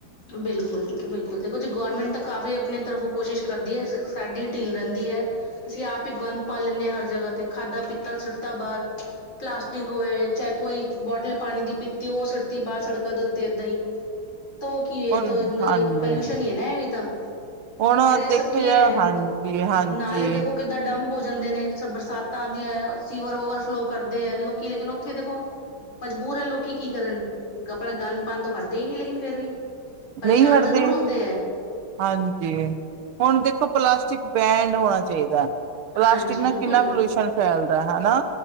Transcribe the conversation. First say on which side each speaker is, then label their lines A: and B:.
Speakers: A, on the left; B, on the right.
A: ਬਿਲਕੁਲ ਬਿਲਕੁਲ ਦੇਖੋ ਜੀ ਗਵਰਮੈਂਟ ਤਾਂ ਕਾਫੀ ਆਪਣੇ ਤਰਫੋਂ ਕੋਸ਼ਿਸ਼ ਕਰਦੀ ਹੈ ਸਾਡੀ ਢਿੱਲ ਰਹਿੰਦੀ ਹੈ। ਰਹਿੰਦੀ ਹੈ। ਅਸੀਂ ਆਪ ਹੀ ਗੰਦ ਪਾ ਲੈਂਦੇ ਹਾਂ ਹਰ ਜਗ੍ਹਾ ਤੇ ਖਾਧਾ ਪੀਤਾ ਸੁੱਤਾ ਤਾਂ ਬਾਹਰ। ਪਲਾਸਟਿਕ ਹੋਏ ਚਾਹੇ ਕੋਈ ਬੋਟਲ ਪਾਣੀ ਦੀ ਪੀਤੀ ਉਹ ਸੁਟਤੀ ਬਾਹਰ ਸੜਕਾਂ ਦੇ ਉੱਤੇ ਏਦਾਂ ਹੀ। ਤੂੰ ਕੀ ਹੈ
B: ਹੁਣ
A: ਪੋਲਿਊਸ਼ਨ
B: ਹਾਂਜੀ
A: ਹੈ ਨਾ ਇਹ ਵੀ ਤਾਂ।
B: ਹੁਣ
A: ਫੇਰ ਇਹ
B: ਦੇਖਿਆ
A: ਸਭ ਕੀ
B: ਜਾ
A: ਹੈ
B: ਹਾਂਜੀ ਹਾਂਜੀ
A: ਨਾਲੇ ਦੇਖੋ ਕਿੱਦਾਂ ਡੰਪ ਹੋ । ਜਾਂਦੇ ਨੇ ਬਰਸਾਤਾਂ ਆਉਂਦੀਆਂ ਸੀਵਰ ਓਵਰਫਲੋ ਕਰਦੇ ਹੈ ਲੋਕੀ ਲੇਕਿਨ ਉੱਥੇ ਦੇਖੋ। ਮਜਬੂਰ ਹੈ ਲੋਕੀ ਕੀ ਕਰਨ ਆਪਣਾ ਗੰਦ ਪਾਣ ਤੋਂ ਹਟਦੇ ਹੀ ਨਹੀਂ ਲੇਕਿਨ ਫੇਰ ਵੀ। ਪਰੇਸ਼ਾਨ
B: ਨਹੀਂ ਹਟਦੇ
A: ਜ਼ਰੂਰ ਹੁੰਦੇ ਹੈ
B: ਹਾਂਜੀ ਹੁਣ ਦੇਖੋ ਪਲਾਸਟ? ਬੈਂਡ ਹੋਣਾ ਚਾਹੀਦਾ ਪਲਾਸਟਿਕ
A: ਹਾਂਜੀ
B: ਨਾਲ
A: ਬਿਲਕੁਲ
B: ਕਿੰਨਾ ਪੋਲਿਊਸ਼ਨ ਫੈਲਦਾ ਹਨਾ।